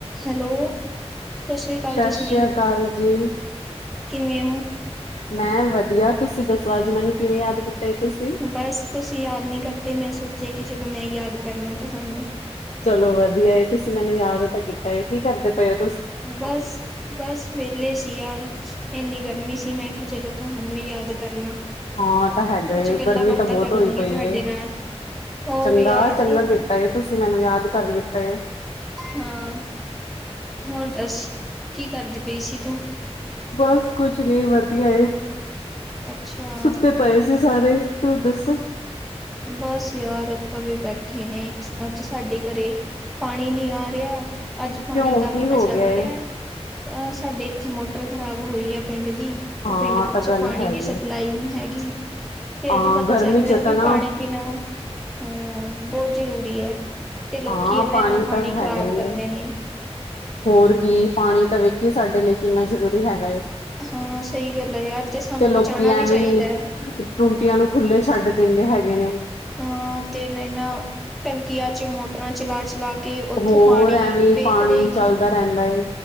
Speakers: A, in the centre; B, on the left.
A: Hello ਸਤਿ ਸ੍ਰੀ ਅਕਾਲ
B: ਸਤਿ
A: ਜਸਮੀਤ
B: ਸ੍ਰੀ ਅਕਾਲ ਜੀ
A: ਕਿਵੇਂ ਹੋ
B: ਮੈਂ ਵਧੀਆ ਤੁਸੀਂ ਦੱਸੋ ਅੱਜ ਮੈਨੂੰ ਕਿਵੇਂ ਯਾਦ ਕੀਤਾ ਏ ਤੁਸੀਂ
A: ਬਸ ਤੁਸੀਂ ਯਾਦ ਨਹੀਂ ਕਰਦੇ ਮੈਂ ਸੋਚਿਆ ਕਿ ਚਲੋ ਮੈਂ ਯਾਦ ਕਰ ਲਾਂ ਤੁਹਾਨੂੰ
B: ਚਲੋ ਵਧੀਆ ਏ ਤੁਸੀਂ ਮੈਨੂੰ ਯਾਦ ਤਾਂ ਕੀਤਾ ਕੀ ਕਰਦੇ ਪਏ ਓ
A: ਬਸ-ਬਸ ਵਿਹਲੇ ਸੀ ਯਾਰ ਇੰਨੀ ਗਰਮੀ ਸੀ ਮੈਂ ਕਿਹਾ ਚਲੋ ਤੁਹਾਨੂੰ ਯਾਦ ਕਰ ਲਾਂ
B: ਹਾਂ ਤਾਂ ਹੈਗਾ
A: ਕੁਛ ਗੱਲਾਂ
B: ਗਰਮੀ
A: ਬਾਤਾਂ
B: ਤਾਂ ਬਹੁਤ
A: ਕਰ
B: ਹੋਈ
A: ਲਾਂਗੀ
B: ਪਈ
A: ਤੁਹਾਡੇ
B: ਏ
A: ਨਾਲ ਹੋਰ
B: ਚੰਗਾ-ਚੰਗਾ
A: ਯਾਰ ਇਹ
B: ਕੀਤਾ ਤੁਸੀਂ ਮੈਨੂੰ ਯਾਦ ਕਰ ਲਿਤਾ ਏ
A: ਹਾਂ ਹੋਰ ਦੱਸ ਕੀ ਕਰਦੀ ਪਈ ਸੀ ਤੂੰ
B: ਬਸ ਕੁਛ ਨ ਵਧੀਆ
A: ਅੱਛਾ
B: ਸੁੱਤੇ ਪਏ ਸੀ ਸਾਰੇ ਤੂੰ ਦੱਸ
A: ਬਸ ਯਾਰ ਆਪਾਂ ਵੀ ਬੈਠੇ ਨੇ ਅੱਜ ਸਾਡੇ ਘਰੇ ਪਾਣੀ ਨੀ ਆ ਰਿਹਾ ਅੱਜ
B: ਕਿਉਂ
A: ਪਾਣੀ ਦਾ
B: ਕੀ
A: ਪਤਾ
B: ਹੋ
A: ਚੱਲ
B: ਗਿਆ ਏ
A: ਰਿਹਾ ਅਹ ਸਾਡੇ ਇੱਥੇ ਮੋਟਰ ਖ਼ਰਾਬ ਹੋਈ ਆ ਪਿੰਡ ਤੇ
B: ਹਾਂ
A: ਪਿੰਡ
B: ਤਾਂ
A: ਚ
B: ਗੱਲ
A: ਪਾਣੀ
B: ਹੈਗੀ
A: ਦੀ ਸਪਲਾਈ ਨੀ ਹੈਗੀ ਤੇ
B: ਹਾਂ
A: ਅੱਜ ਪਤਾ
B: ਗਰਮੀ
A: ਚੱਲ ਰਿਹਾ
B: ਚ
A: ਵੀ
B: ਤਾਂ ਨਾ
A: ਪਾਣੀ ਪੀਣਾ ਹਮ ਬਹੁਤ ਜ਼ਰੂਰੀ ਹੈ ਤੇ ਲੋਕੀ
B: ਹਾਂ
A: ਇੰਨਾ
B: ਪਾਣੀ
A: ਇੰਨਾ
B: ਤਾਂ
A: ਖ਼ਰਾਬ
B: ਹੈਗਾ ਹੀ
A: ਕਰਦੇ
B: ਹੈ
A: ਨੇ
B: ਹੋਰ ਕੀ ਪਾਣੀ ਤਾਂ ਵੇਖੀਏ ਸਾਡੇ ਲਈ ਕਿੰਨਾ ਜ਼ਰੂਰੀ ਹੈਗਾ ਏ
A: ਹਾਂ ਸਹੀ ਗੱਲ ਹੈ ਯਾਰ ਸਾਨੂੰ
B: ਤੇ ਲੋਕੀ
A: ਬਚਾਉਣਾ
B: ਐਵੇਂ
A: ਵੀ ਚਾਹੀਦਾ ਹੈ
B: ਟੁੰਟੀਆਂ ਨੂੰ ਖੁੱਲੇ ਛੱਡ ਦਿੰਦੇ ਹੈਗੇ ਨੇ
A: ਹਾਂ ਤੇ ਮੈਂ ਨਾ ਟੰਕੀਆਂ ਚ ਮੋਟਰਾਂ ਚਲਾ-ਚਲਾ ਕੇ ਤੇ ਉੱਥੋਂ
B: ਹੋਰ
A: ਪਾਣੀ
B: ਐਵੇਂ
A: ਵੇਖਦੇ
B: ਪਾਣੀ
A: ਹੀ ਨੀ
B: ਚੱਲਦਾ ਰਹਿੰਦਾ ਏ